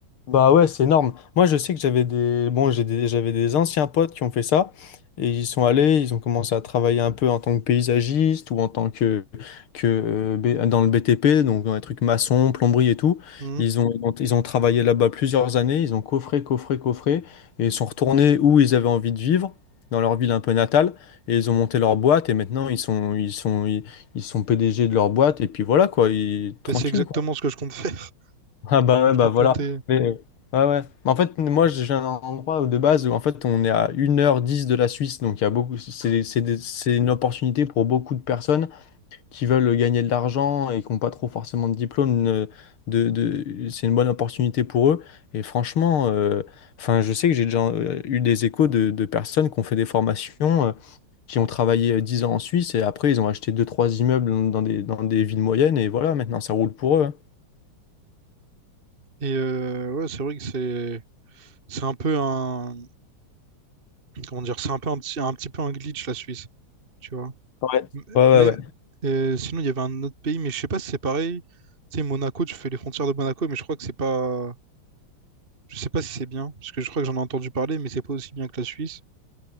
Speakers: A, on the left; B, on the right.
A: Bah ouais, c'est énorme. Moi, je sais que j'avais des... Bon, j'ai des... j'avais des anciens potes qui ont fait ça. Et ils sont allés, ils ont commencé à travailler un peu en tant que paysagiste ou en tant que, que euh, B- dans le BTP, donc dans les trucs maçons, plomberie et tout.
B: Mhm.
A: Ils ont, ils ont, ils ont travaillé là-bas plusieurs années, ils ont coffré, coffré, coffré, et ils sont retournés où ils avaient envie de vivre, dans leur ville un peu natale, et ils ont monté leur boîte, et maintenant ils sont, ils sont, ils, ils sont PDG de leur boîte, et puis voilà quoi, ils, tranquille
B: Mais c'est exactement ce que je compte faire. <laughs>
A: ah bah
B: Du coup,
A: ouais,
B: je
A: bah
B: compte
A: voilà.
B: monter.
A: Mais ouais, ouais. Mais En fait, moi, j'ai un endroit où, de base où en fait on est à une heure dix de la Suisse, donc il y a beaucoup. C'est c'est des- c'est une opportunité pour beaucoup de personnes qui veulent gagner de l'argent et qui n'ont pas trop forcément de diplôme. ne- De, de, c'est une bonne opportunité pour eux. Et franchement, euh, enfin, je sais que j'ai déjà euh, eu des échos de, de personnes qui ont fait des formations. euh, qui ont travaillé euh, 10 ans en Suisse et après ils ont acheté deux trois immeubles dans des, dans des villes moyennes et voilà, maintenant ça roule pour eux. hein.
B: Et euh, ouais, c'est vrai que c'est c'est un peu un comment dire, c'est un peu un petit un petit peu un glitch la Suisse, tu vois.
A: Ouais.
B: M-
A: Ouais,
B: Mais
A: ouais, ouais.
B: euh, sinon il y avait un autre pays, mais je sais pas si c'est pareil. Tu sais Monaco, tu fais les frontières de Monaco, mais je crois que c'est pas, je sais pas si c'est bien, parce que je crois que j'en ai entendu parler, mais c'est pas aussi bien que la Suisse.